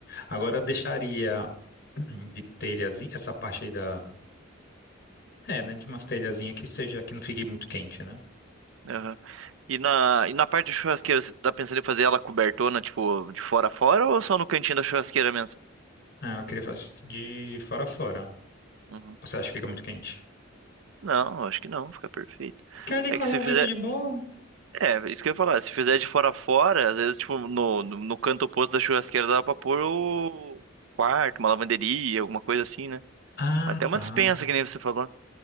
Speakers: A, on the left (about 50°); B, on the right (about 70°).
A: Agora eu deixaria hum, de telhazinha, essa parte aí da, é, né, de umas telhazinhas que seja, que não fique muito quente, né?
B: aham. E na, e na parte de churrasqueira, você tá pensando em fazer ela cobertona, tipo, de fora a fora ou só no cantinho da churrasqueira mesmo?
A: Ah, eu queria fazer de fora a fora.
B: Uhum.
A: Você acha que fica muito quente?
B: Não, eu acho que não, fica perfeito.
A: Que ali
B: É
A: corre
B: que se
A: um vento
B: fizer.
A: de boa.
B: É, isso que eu ia falar, se fizer de fora a fora, às vezes, tipo, no, no, no canto oposto da churrasqueira dá pra pôr o quarto, uma lavanderia, alguma coisa assim, né?
A: Ah,
B: Até uma
A: tá.
B: despensa, que nem você falou.